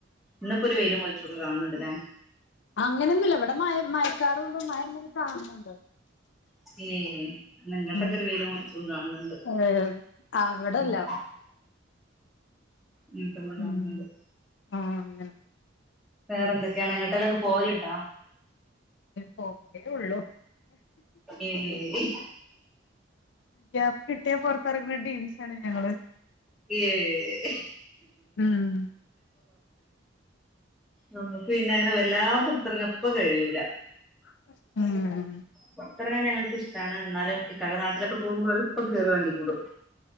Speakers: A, in the centre; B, on the left.
A: ഇന്ന്പ്പം ഒരു വെയിലും വെൾച്ചോക്കെ കാൺണ് ണ്ട് ലെ
B: അങ്ങനെന്നുല്ല ഇവിടെ മഴ മഴക്കാറുണ്ട് മഴങ്ങനെ കാണുന്നൂണ്ട്.
A: <inaudible> ഇന്ന്ങ്ങട്ടൊക്കെ
B: ഉം
A: ഒരു വെയിലും വെൾച്ചും കാൺണ് ണ്ട്
B: ഏഹ് അവിടെല്ല
A: ഉം വീട്ടമ്മ കാണല്ണ്ട്
B: ഉം ആഹ് അങ്ങനെ
A: വേറെന്തൊക്കെയാണ് എങ്ങട്ടെലൊക്കെ പോവല്ണ്ട
B: പോക്കന്നെ ഉള്ളൂ
A: ഏയ്
B: ഗ്യാപ്പ് കിട്ടിയാ പൊർത്തറ്ങ്ങ്ണ ടിംസാണ് ഞങ്ങള്
A: ഏഹ്
B: ഉം
A: നമുക്ക് പിന്നെ അങ്ങനെ വല്ലാ പുറത്തിറങ്ങാപ്പ കഴിയൂല
B: ഉം
A: പുറത്തിറങ്ങാൻ ഞങ്ങൾക്ക് ഇഷ്ടാണ് എന്നാലും ഇക്കൻ്റെ നാട്ടിലൊക്കെ പോകുമ്പോ എളുപ്പം കേറി വണ്ടി കൂടും